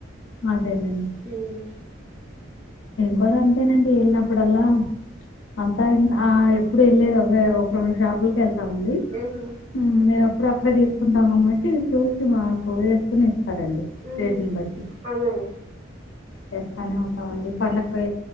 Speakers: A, on the left; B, on the right.
A: అదేనండి
B: మ్మ్
A: <inaudible> ప్పుడలా అంతా ఇన్న ఆ ఎప్పుడు వెళ్ళేది అవే ఒకే ఒక రెండు షాపులకి వెళ్తా ల్తామ్ అండి
B: ఉహు
A: మ్ ఇప్పుడు అక్కడ తీసుకుంటాం కాబట్టి చూసి మాకు వేసుకుని ఇం సరే అండి
B: ఉహు
A: రేటు ని బట్టి
B: అదండి
A: చేస్తానే ఉంటామండి పండగ కి